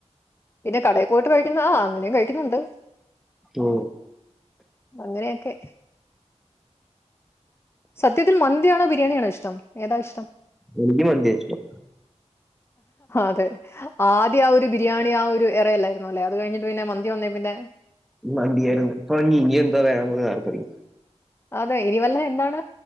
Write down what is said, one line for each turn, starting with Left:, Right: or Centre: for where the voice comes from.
Left: പിന്നെ കടേ പോയിട്ട് കഴിക്കുന്ന ആഹ് അങ്ങനേം കഴിക്കുന്നുണ്ട്
Centre: ഓ
Left: അങ്ങനെക്കെ സത്യത്തിൽ മന്തിയാണോ, ബിരിയാണിയാണോ ഇഷ്ടം ഏതാ ഇഷ്ടം?
Centre: എനിക്ക് മന്തിയാ ഇഷ്ടം
Left: അതെ ആദ്യം ആഹ് ഒരു ബിരിയാണി ആഹ് ഒരു എറയല് ന്നുലേ അത് കഴിഞ്ഞിട്ട് പിന്നെ മന്തി വന്നേ പിന്നെ
Centre: മന്തി ആണ് ഇപ്പം ഇനി എന്താ വരാം പോന്നേന്ന് ആർക്കറിയാം
Left: അതെ ഇനി വല്ല എന്താണ്